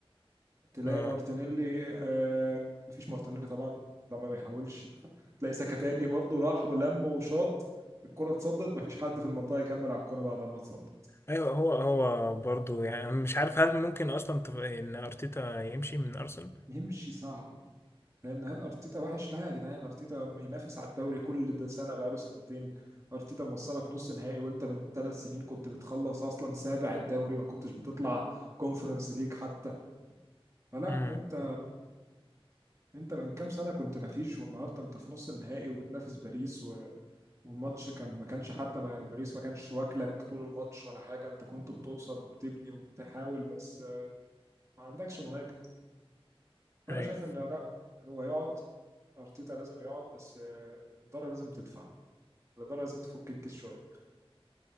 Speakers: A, on the right; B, on the left.
A: تلاقي
B: اه
A: مارتينيلي آه مفيش مارتينيلي طبعا ده ما بيحاولش تلاقي ساكا تاني برضه راح ولم وشاط الكره اتصدت مفيش حد في المنطقه يكمل على الكوره بعد ما اتصدت
B: ايوه هو هو برضو يعني أنا مش عارف هل ممكن اصلا تف- ان ارتيتا يمشي من ارسنال
A: يمشي صعب لان هل ارتيتا وحش لا يا جدعان ارتيتا ما ينافس على الدوري كل ده سنه بقاله سنتين ارتيتا موصلك نص نهائي وانت من ثلاث سنين كنت بتخلص اصلا سابع الدوري ما كنتش بتطلع كونفرنس ليج حتى فلا
B: امم
A: انت انت من كام سنه كنت ما فيش والنهارده انت في نص النهائي وبتنافس باريس و... والماتش كان ما كانش حتى ما يعني باريس ما كانش واكلك طول الماتش ولا حاجه انت كنت بتوصل وبتبني وبتحاول بس ما عندكش مهاجم فانا
B: ايوه
A: شايف ان لا هو يقعد ارتيتا لازم يقعد بس آه، الاداره لازم تدفع الإدارة لازم تفك الكيس شوية